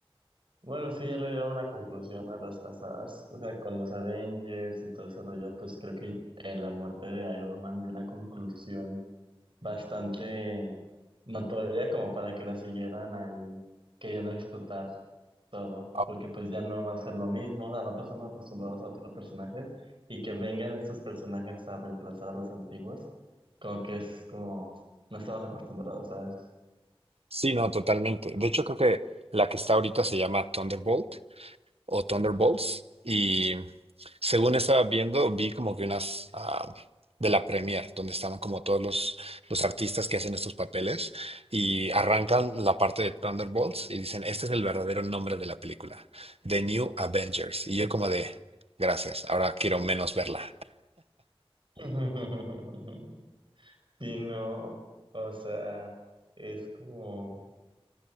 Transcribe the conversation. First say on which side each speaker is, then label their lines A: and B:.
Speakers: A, on the right; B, on the right.
A: Bueno, sí, ya le dieron una conclusión a las pasadas. O sea, con los Avengers y todo ese rollo, pues creo que eh, la muerte de Iron Man dio una conclusión bastante notoria como para que la siguieran ahí queriendo explotar todo,
B: Ah,
A: porque pues ya no va a ser lo mismo. O sea, nosotros estamos acostumbrados a otros personajes y que vengan estos personajes a reemplazar a los antiguos, como que es como no estamos acostumbrados, ¿sabes?
B: sí, no, totalmente. De hecho, creo que la que está ahorita se llama Thunderbolt o Thunderbolts. Y según estaba viendo, vi como que unas ah, de la premier, donde estaban como todos los, los artistas que hacen estos papeles y arrancan la parte de Thunderbolts y dicen, este es el verdadero nombre de la película, The New Avengers. Y yo como de, gracias, ahora quiero menos verla.
A: <laughs> Sí, no, o sea, es como,